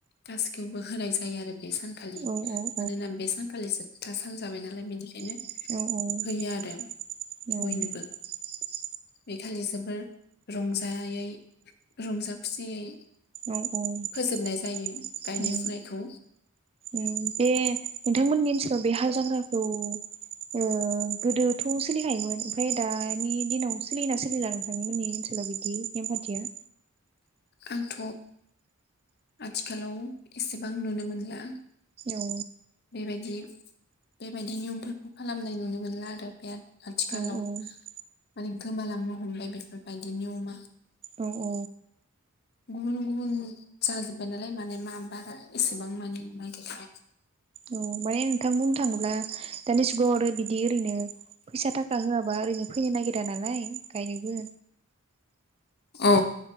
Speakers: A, on the left; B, on the right.
A: गासिखौबो होनाय जायो आरो बे सानखालि
B: औ औ
A: मानोना बे सानखालिसो था सान जाबाय नालाय बेनिखायनो।
B: औ
A: होयो
B: औ
A: आरो बयनोबो
B: औ।
A: बे खालि जोबोर रंजायै रंजा खुसियै।
B: औ औ ओम
A: फोजोबनाय जायो गायनाय फुनायखौ
B: ओम बे नोंथांमोननि ओनसो लाव बे हाल जांग्राखौ ओ गोदोथ सोलिखायोमोन ओमफ्राय दानि दिनाव सोलिना सोलिला नोंथांमोननि ओनसोलाव बिदि। बेम फाथिया।
A: आंथ आथिखालाव एसेबां नुनो मोनला।
B: औ
A: बेबायदि। बेबायदि नियमफोरखौ खालामनाय नुनो मोनला आरो बिराद आथिखालाव।
B: औ औ
A: माने गोमालांनो हमबाय बेफोरबायदि नियमा।
B: औ औ।
A: गुबुन गुबुन जाजोबबाय नालाय माने मा बारा एसेबां मानि नागिरखा <inaudible>
B: औ माने नोंथां बुं थाङोब्ला दानि जुगाव आरो बि दि ओरैनो। फैसा थाखा होआबा ओरैनो फैनो नागिर थाया नालाय ओंखायनोबो।
A: औ।